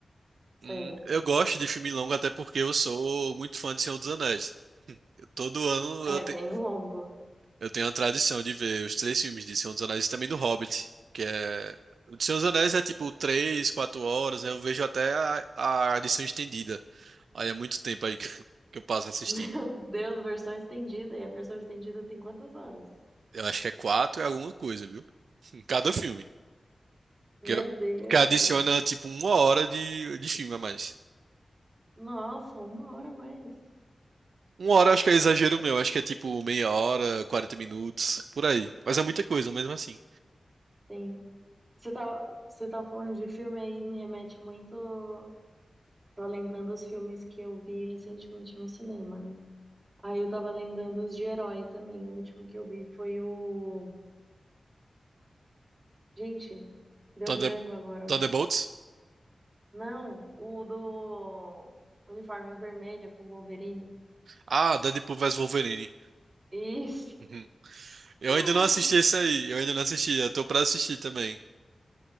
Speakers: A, on the right; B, on the right.
A: Sério.
B: Hum, eu gosto de filme longo até porque eu sou muito fã de Senhor dos Anéis. <laughs> Eu- Todo ano
A: É
B: eu, te-
A: bem longo.
B: eu tenho a tradição de ver os três filmes de Senhor dos Anéis e também do Hobbit, que é... O de Senhor dos Anéis é tipo três, quatro horas, né? eu vejo até a, a edição estendida. Aí é muito tempo aí que <laughs> que eu passo assistindo.
A: <laughs> Meu Deus, versão estendida. E a versão estendida tem quantas horas?
B: Eu acho que é quatro e alguma coisa, viu? Em cada filme.
A: Meu
B: Que, eu-
A: Deus.
B: que adiciona tipo uma hora de, de filme a mais.
A: Nossa, uma hora a mais.
B: Uma hora eu acho que é exagero meu, acho que é tipo meia hora, 40 minutos, por aí. Mas é muita coisa, mesmo assim.
A: Sim. Você tá, você tá falando de filme aí, me remete muito. Tô lembrando os filmes que eu vi recentemente no cinema, né? Aí eu tava lembrando os de herói também. O último que eu vi foi o. Gente, deu
B: Thunder...
A: branco agora.
B: Thunderbolts?
A: Não, o do uniforme vermelho com Wolverine.
B: Ah, Deadpool vs Wolverine.
A: Isso!
B: Uhum. Eu
A: <gasps>
B: ainda não assisti esse aí, eu ainda não assisti, eu tô pra assistir também.